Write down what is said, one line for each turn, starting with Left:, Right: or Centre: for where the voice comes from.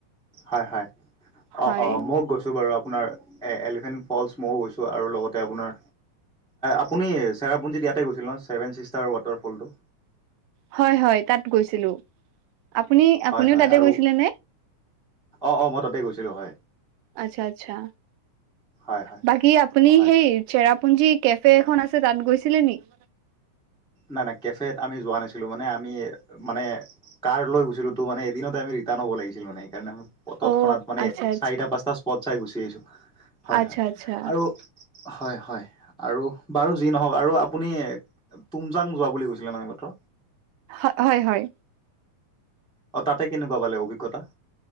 Centre: হয় হয়। অ',
Right: হয়
Centre: অ', মইয়ো গৈছোঁ বাৰু আপোনাৰ- এ এলিফেন্ট ফলচ মইও গৈছোঁ আৰু লগতে আপোনাৰ আপুনি- চেৰাপুঞ্জিত ইয়াতে গৈছিল ন, ছেভেনছিষ্টাৰৰ ৱাটাৰফলটো,
Right: হয় হয়, তাত গৈছিলোঁ। আপুনি
Centre: হয়
Right: আপুনিও
Centre: হয়
Right: তাতে
Centre: আৰু
Right: গৈছিলে নে!
Centre: অ', অ', মই তাতে গৈছিলোঁ হয়
Right: আচ্ছা আচ্ছা।
Centre: হয় হয়
Right: বাকী আপুনি
Centre: হয়
Right: সেই চেৰাপুঞ্জী কেফে এখন আছে তাত গৈছিলে নেকি?
Centre: নাই নাই কেফেত আমি যোৱা নাছিলো মানে আমি মানে কাৰ লৈ গৈছিলোঁ তোৰ মানে এদিনতে আমি। ৰিতান হ'ব লাগিছিল মানে সেই- তত্ক্ষণাত
Right: অ
Centre: মানে
Right: আচ্ছা আচ্ছা
Centre: চাৰিটা পাঁচটা স্পট চাই গুচি আহিছোঁ। হয়
Right: আচ্ছা
Centre: হয়
Right: আচ্ছা
Centre: আৰু- হয় হয় আৰু। বাৰু যি নহওক আৰু আপুনি- তুমজাং যোৱা বুলি কৈছিলে নাই প্ৰথম।
Right: হয়, হয় হয়।
Centre: অ তাতে কেনেকুৱা পালে অভিজ্ঞতা